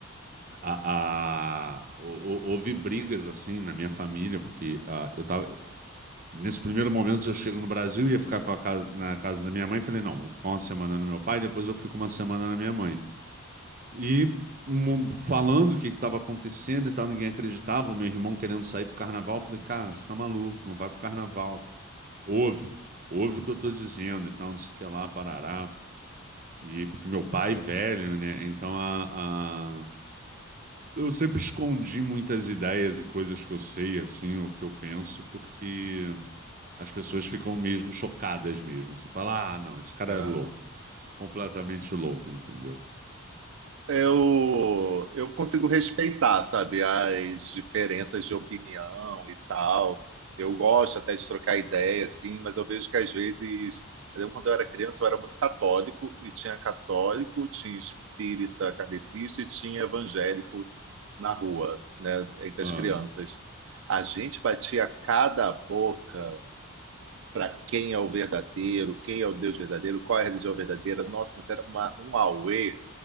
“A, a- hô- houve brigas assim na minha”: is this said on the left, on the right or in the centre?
Right